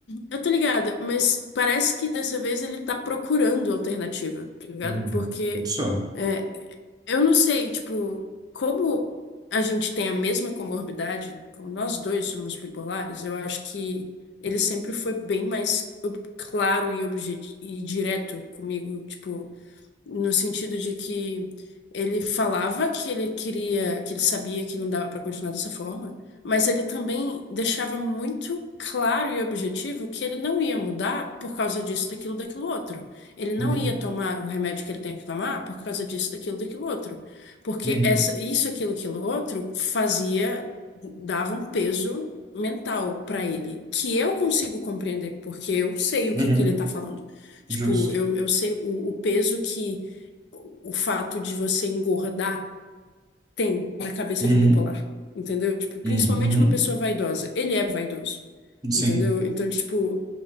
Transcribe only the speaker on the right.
Hum,
só.
Uhum.
Uhum.
Uhum.
Justo.
Uhum.
Uhum.
uhum. Sim.